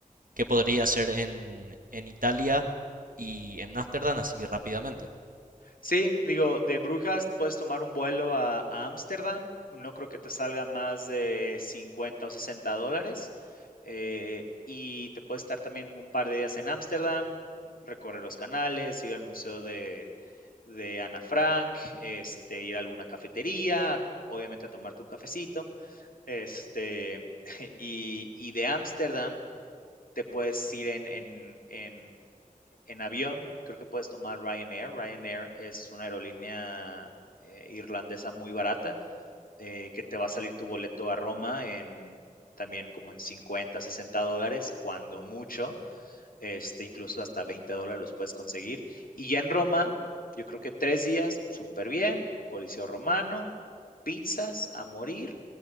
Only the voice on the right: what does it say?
¿Qué podría hacer en, en Italia y en Ámsterdam así rápidamente?